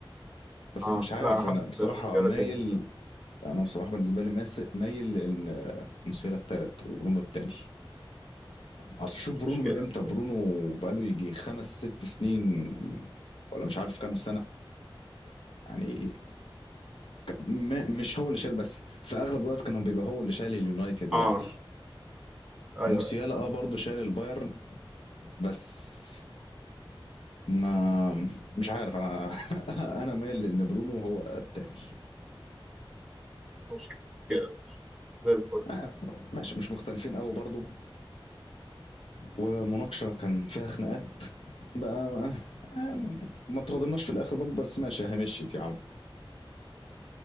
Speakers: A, on the left; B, in the centre.
A: بس
B: اه
A: مش عارف
B: لا انا حاطط
A: انا بصراحة
B: موسيالا
A: مايل
B: تاني الصراحه
A: انا بصراحة بالنسبة لي ماس- مايل لان آه، موسيالا التالت وبرونو التاني اصل شوف
B: مش
A: برونو
B: مشكله
A: من امتى
B: مش
A: برونو
B: مشكله
A: بقاله يجي خمس ست سنين ولا مش عارف كام سنة يعني ك- ما مش هو اللي شايل بس في اغلب الوقت كان هو بيبقى هو اللي شايل اليونايتد
B: اه
A: يعني
B: ايوه
A: موسيالا
B: ايوه
A: اه
B: فاهم.
A: برضه شايل البايرن بس ما مش عارف انا <laughs> انا مايل لان برونو هو التاني
B: مش مشكله زي الفل
A: آه، ماشي مش مختلفين قوي برضو ومناقشه كان فيها خناقات بقى آه، ما ترضيناش في الاخر برضو بس ماشي هي مشيت يا عم